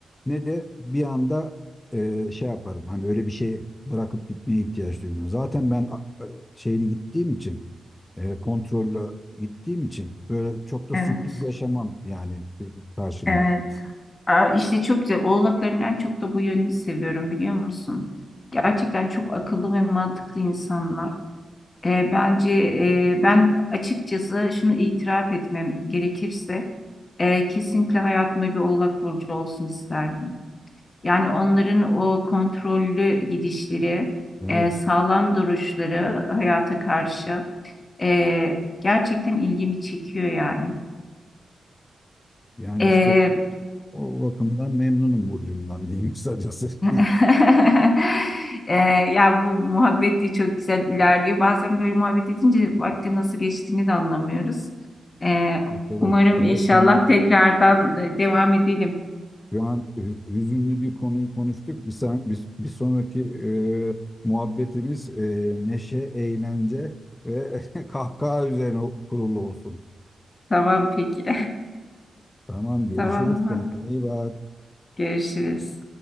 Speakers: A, on the left (about 20°); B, on the left (about 35°).
A: ne de bir anda e, şey yaparım. Hani öyle bir şey bırakıp gitmeye ihtiyaç duymuyorum. Zaten ben a- a- şeyli gittiğim için e, kontrollü gittiğim için böyle çok da
B: Evet,
A: sürpriz yaşamam yani e, karşımda.
B: evet. Aa, işte çok güzel. Oğlakların en çok da bu yönünü seviyorum biliyor musun? Gerçekten çok akıllı ve mantıklı insanlar. Ee, bence e, ben açıkçası şunu itiraf etmem gerekirse e, kesinlikle hayatımda bir oğlak burcu olsun isterdim. Yani onların o kontrollü gidişleri,
A: Evet.
B: e, sağlam duruşları hayata karşı e, gerçekten ilgimi çekiyor yani.
A: Yani
B: E,
A: işte o bakımdan memnunum burcumdan diyeyim kısacası.
B: <laughs>
A: <laughs>
B: Ee, ya bu muhabbet de çok güzel ilerliyor. Bazen böyle muhabbet edince vaktin nasıl geçtiğini de anlamıyoruz. Ee,
A: Evet, evet.
B: umarım
A: Daha
B: inşallah
A: sonra
B: tekrardan devam edelim.
A: Şu an e, hüzünlü bir konuyu konuştuk. Bir, san- bir, bir sonraki e, muhabbetimiz e, neşe, eğlence ve <laughs> kahkaha üzerine kurulu olsun.
B: Tamam peki.
A: Tamam, görüşürüz.
B: <laughs> Tamam.
A: Kendine iyi bak.
B: Görüşürüz.